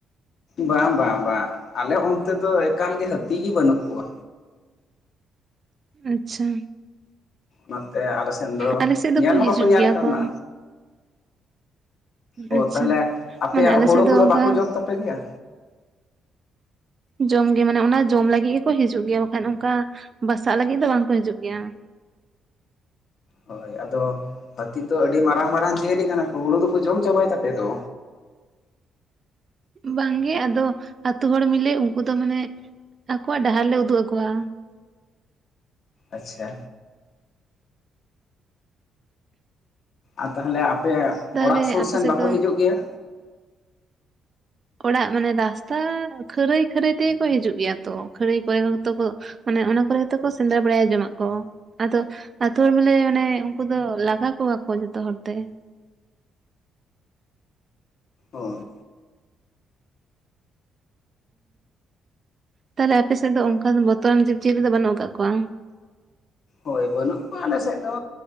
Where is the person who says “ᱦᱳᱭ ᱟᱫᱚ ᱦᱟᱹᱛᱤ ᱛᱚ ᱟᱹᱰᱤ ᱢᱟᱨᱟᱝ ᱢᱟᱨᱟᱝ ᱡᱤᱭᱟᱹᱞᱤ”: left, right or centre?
Left